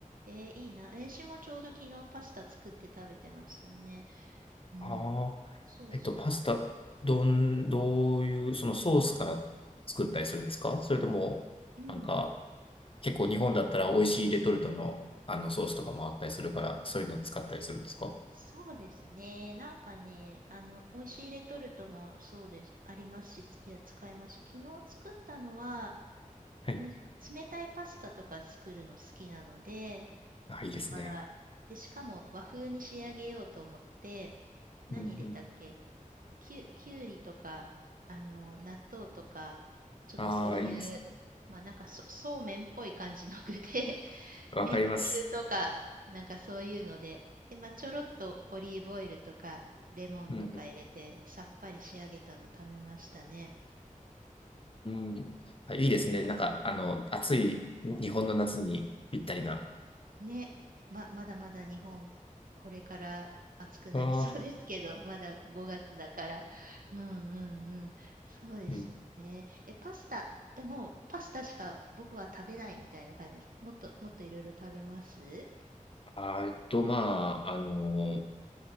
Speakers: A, on the right; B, on the left.
A: えーいいな。えー私もちょうど昨日パスタ作って食べてましたね。うん。
B: ああ、
A: そうそ
B: えっと、パスタ、どん、どういう、そのソースから作ったりするんですかそれとも、
A: う。うん。
B: なんか、結構日本だったら美味しいレトルトの、あのソースとかもあったりするから、そういうのを使ったりするんですか
A: そうですね。なんかね、あの、美味しいレトルトもそうです、ありますし、ついや、使えますし、昨日作ったのは、
B: はい。
A: え冷たいパスタとか作るの好きなので、
B: あ、いいですね。
A: だから、で、しかも和風に仕上げようと思って、何入れたっけ
B: うんうん。
A: きゅ、きゅうりとか、あの、納豆とか、ちょっとそういう、
B: ああ、いいですね。
A: まあなんかそ、そうめんっぽい感じの具で、<laughs>
B: わかります。
A: めんつゆとか、なんかそういうので、で、まあちょろっとオリーブオイルとか、レモンとか入れて、
B: うん
A: さっぱり仕上げたの食べましたね。
B: うん。うん。あ、いいですね。なんか、あの、暑い日本の夏にぴったりな。
A: うんね、ま、まだまだ日本、これから暑くなりそうですけど、
B: ああ、
A: まだ5月だから。うんうんうん。そうですよね。
B: うん。
A: え、パスタ、え、もうパスタしか僕は食べないみたいな感じですかもっと、もっといろいろ食べます
B: あー、えっと、まあ、あの、